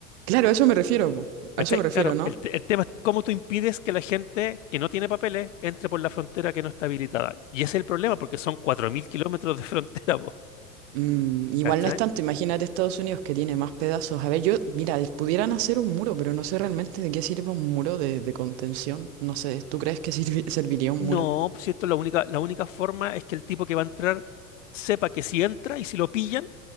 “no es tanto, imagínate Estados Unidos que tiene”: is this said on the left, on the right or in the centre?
Right